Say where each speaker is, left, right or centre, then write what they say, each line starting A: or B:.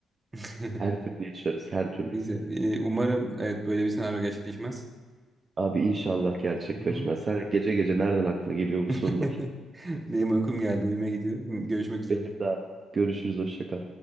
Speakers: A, on the right (about 20°); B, on the right (about 40°).
A: <laughs>
B: Her türlü yaşarız, her türlü.
A: Neyse, e, umarım evet böyle bir senaryo gerçekleşmez.
B: Abi inşallah gerçekleşmez.
A: Hı hı.
B: Sen gece gece nereden aklına geliyor bu
A: <laughs>
B: sorular?
A: Benim uykum geldi, uyuma gidiyorum. Görüşmek üzere.
B: Benim de abi. Görüşürüz, hoşça kal.